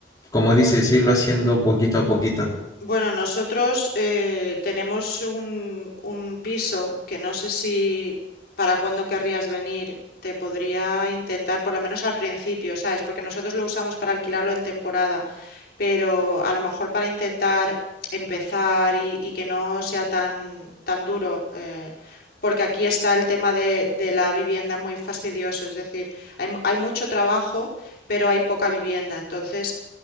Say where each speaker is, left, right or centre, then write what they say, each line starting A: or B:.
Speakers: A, on the left; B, on the left.
A: como dices, irlo haciendo poquito a poquito.
B: Bueno, nosotros eh, tenemos un, un piso que no sé si para cuándo querrías venir. Te podría intentar, por lo menos al principio, ¿sabes? Porque nosotros lo usamos para alquilarlo en temporada pero a lo mejor para intentar empezar y, y que no sea tan, tan duro, eh, porque aquí está el tema de, de la vivienda muy fastidioso, es decir, hay, mu- hay mucho trabajo, pero hay poca vivienda. Entonces,